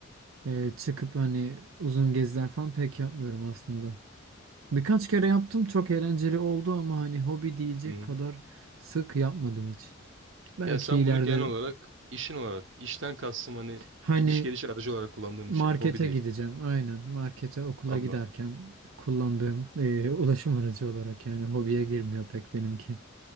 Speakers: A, on the right; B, on the right.
A: e, çıkıp hani uzun geziler falan pek yapmıyorum aslında. Birkaç kere yaptım çok eğlenceli oldu ama hani hobi diyecek
B: Hı.
A: kadar sık yapmadım hiç. Belki
B: Ya sen
A: ileride
B: bunu genel olarak işin olarak, işten kastım hani
A: hani
B: gidiş geliş aracı olarak kullandığın
A: Markete
B: bir şey, hobi değil.
A: gideceğim. Aynen. Markete okula
B: Anladım.
A: giderken kullandığım eee, ulaşım aracı olarak yani hobiye girmiyor pek benimki.